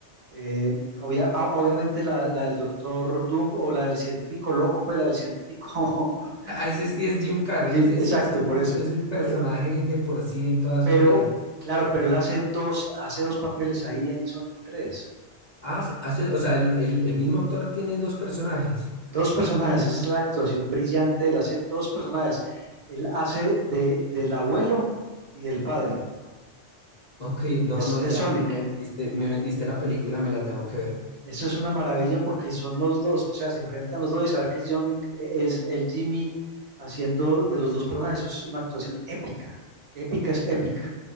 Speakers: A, on the right; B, on the left.
A: Eh, obvia- a- obviamente la, la del Doctor Doom o la del científico loco, pues la del científico <laughs>
B: ah, ese sí es Jim Carrey,
A: Jim,
B: ese
A: exacto,
B: sí es un,
A: por eso.
B: es un personaje
A: Pero,
B: de por sí en todas
A: pero,
B: sus películas.
A: claro, pero él hace dos, hace dos papeles ahí en Sonic tres
B: Ah, se- hace- o sea, el, el- el mismo actor tiene dos personajes.
A: Dos personajes, esa es la actuación brillante de él, hace dos personajes. Él hace de, del abuelo y del padre,
B: Ok, no,
A: es
B: no,
A: de
B: ya
A: Sonic.
B: me vendiste, me vendiste la película, me la tengo que ver.
A: Eso es una maravilla porque son los dos, o sea, se enfrentan los dos y saber que es Johnny, e-, es el Jimmy haciendo de los dos personajes, eso es una actuación épica, épica es épica.